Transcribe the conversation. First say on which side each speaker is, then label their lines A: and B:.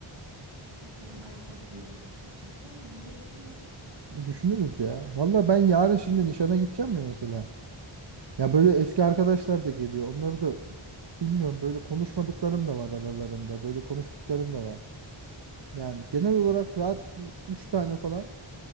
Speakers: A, on the right; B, on the right.
A: Bakalım ayakkabı bulamadım sadece. Onu da düşünürüz.
B: E, Düşünürüz ya. Valla ben yarın şimdi nişana gideceğim ya mesela.
A: Hı
B: Ya
A: hı.
B: böyle eski arkadaşlar da geliyor. Onları da bilmiyorum böyle konuşmadıklarım da var aralarında. Böyle konuştuklarım da var. Yani genel
A: Hmm.
B: olarak rahat bir 3 tane falan